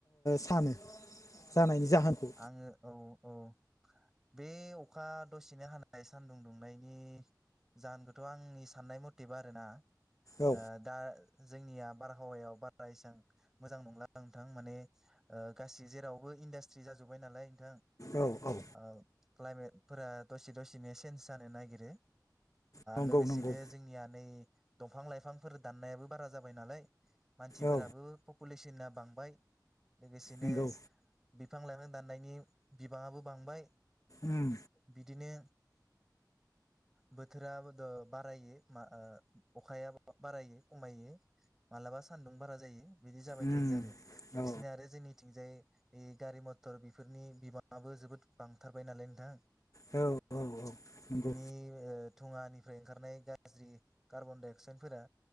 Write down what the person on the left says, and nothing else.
सानो जानायनि जाहोनखौ
औ
औ औ
नंगौ
नंगौ
औ
नंगौ
उम
उम
औ
औ औ औ नंगौ